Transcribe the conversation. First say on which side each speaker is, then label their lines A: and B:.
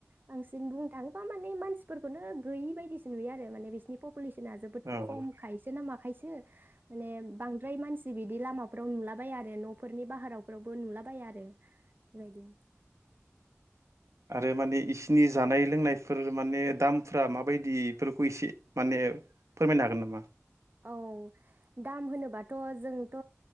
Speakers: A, on the right; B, on the right.
A: बांसिन बुंनो थाङोबा माने मानसिफोरखौनो गैयि बायदिसो नुयो आरो माने बिसोरनि पुलेसना जोबोद
B: औ-औ-औ-औ-औ-औ
A: खमखायसो नामा? खायसो। माने बांद्राय मानसि जि बिदि लामाफ्राव नुला बाया आरो नफोरनि बाहाराफ्रावबो नुलाबाया आरो। इबायदि। <inaudible>
B: आरो माने इसिनि जानाय लोंनायफोर माने दामफ्रा माबायदि इफोरखौ एसे माने फोरमायनो हागोन नामा?
A: औ दाम होनोबाथ जोंथ